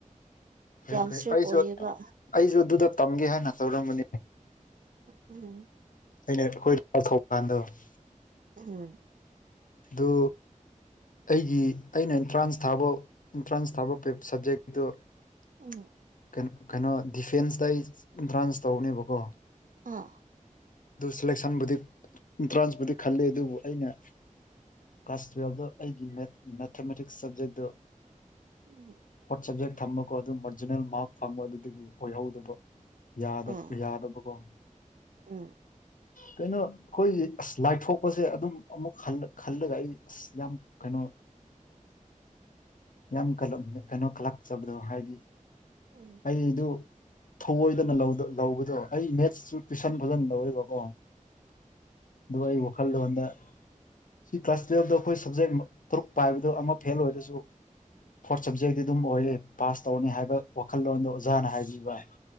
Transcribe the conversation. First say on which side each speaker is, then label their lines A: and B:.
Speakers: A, on the left (about 75°); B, on the right (about 80°).
A: ꯐꯩ ꯐꯩ
B: ꯏꯁꯇ꯭ꯔꯤꯛ
A: ꯑꯩꯁꯨ
B: ꯑꯣꯏꯌꯦꯕ
A: ꯑꯩꯁꯨ ꯑꯗꯨꯗ ꯇꯝꯒꯦ ꯍꯥꯏꯅ ꯇꯧꯔꯝꯕꯅꯤ
B: ꯎꯝ
A: ꯑꯩꯅ ꯑꯩꯈꯣꯏ <unintelligible>
B: ꯎꯝ
A: ꯑꯗꯨ ꯑꯩꯒꯤ ꯑꯩꯅ ꯑꯦꯟꯇ꯭ꯔꯥꯟꯁ ꯊꯥꯕ ꯑꯦꯟꯇ꯭ꯔꯥꯟꯁ ꯊꯥꯕ ꯄꯦꯞ ꯁꯕꯖꯦꯛ ꯇꯨ
B: ꯎꯡ
A: ꯀ ꯀꯩꯅꯣ ꯗꯤꯐꯦꯟꯁꯇ ꯑꯩ ꯑꯦꯟꯇ꯭ꯔꯥꯟꯁ ꯇꯧꯅꯦꯕꯀꯣ
B: ꯑꯥ
A: ꯑꯗꯨ ꯁꯦꯂꯦꯛꯁꯟꯕꯨꯗꯤ ꯑꯦꯟꯇ꯭ꯔꯥꯟꯁꯄꯨꯗꯤ ꯈꯜꯂꯤ ꯑꯗꯨꯕꯨ ꯑꯩꯅ ꯀ꯭ꯂꯥꯁ ꯇꯨꯌꯦꯜꯞꯇ ꯑꯩꯒꯤ ꯃꯦꯠ ꯃꯦꯊꯃꯦꯇꯤꯛꯁ ꯁꯕꯖꯦꯛꯇꯣ
B: ꯎꯝ
A: ꯐꫭꯔꯠ ꯁꯕꯖꯦꯛ ꯊꯝꯕꯀꯣ ꯑꯗꯨꯝ ꯃꯔꯖꯤꯅꯦꯜ ꯃꯥꯔꯛ ꯐꯪꯕ ꯑꯗꯨꯗꯒꯤ ꯑꯣꯏꯍꯧꯗꯕ ꯌꯥꯗꯞ
B: ꯎꯝ
A: ꯌꯥꯗꯕ ꯀꫭ
B: ꯎꯝ
A: ꯀꯩꯅꯣ ꯑꯩꯈꯣꯏꯒꯤ ꯑꯁ ꯂꯥꯏꯊꯣꯛꯄꯁꯦ ꯑꯗꯨꯝ ꯑꯃꯨꯛ ꯍꯂꯛꯜꯂꯒ ꯑꯩ ꯑꯁ ꯌꯥꯝ ꯀꯩꯅꯣ ꯌꯥꯝ ꯀꯂ ꯀꯩꯅꯣ ꯈꯂꯛꯆꯕꯗꯣ ꯍꯥꯏꯗꯤ
B: ꯎꯝ
A: ꯑꯩꯗꯨ ꯊꯧꯑꯣꯏꯗꯅ ꯂꯧꯗ ꯂꯧꯕꯗꫭ ꯑꯩ ꯃꯦꯠꯁꯨ ꯇꯨꯁꯟ ꯐꯖꯟ ꯇꯧꯋꯦꯕꯀꯣ ꯑꯗꯨꯒ ꯑꯩ ꯋꯥꯈꯜꯂꯣꯟꯗ ꯁꯤ ꯀ꯭ꯂꯥꯁ ꯇꯨꯌꯦꯜꯞꯇ ꯑꯩꯈꯣꯏ ꯁꯕꯖꯦꯛ ꯇꯔꯨꯛ ꯄꯥꯏꯕꯗꯨ ꯑꯃ ꯐꯦꯜ ꯑꯣꯏꯔꯁꯨ ꯐꯣꯔꯠ ꯁꯕꯖꯦꯛꯇꯤ ꯑꯗꯨꯝ ꯑꯣꯏꯌꯦ ꯄꯥꯁ ꯇꯧꯅꯤ ꯍꯥꯏꯕ ꯋꯥꯈꯜꯂꯣꯟꯗꯣ ꯑꯣꯖꯥꯅ ꯍꯥꯏꯕꯤꯕ